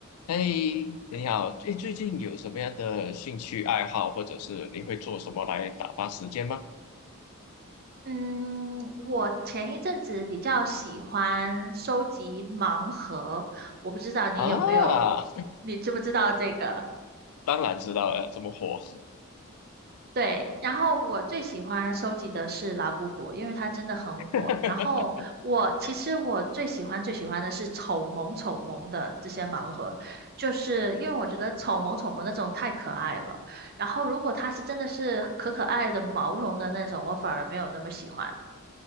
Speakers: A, on the left (about 85°); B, on the right (about 45°).
A: 哎，你好，哎，最近有什么样的兴趣爱好，或者是你会做什么来打发时间吗？
B: 嗯，我前一阵子比较喜欢收集盲盒，我不知道你有没有，
A: 啊，
B: 你知不知道这个？
A: 当然知道了，这么火。
B: 对，然后我最喜欢收集的是拉布布，因为它真的很火。
A: <laughs>
B: 然后我其实我最喜欢最喜欢的是丑萌丑萌的这些盲盒，就是因为我觉得丑萌丑萌那种太可爱了。然后如果它是真的是可可爱的毛绒的那种，我反而没有那么喜欢。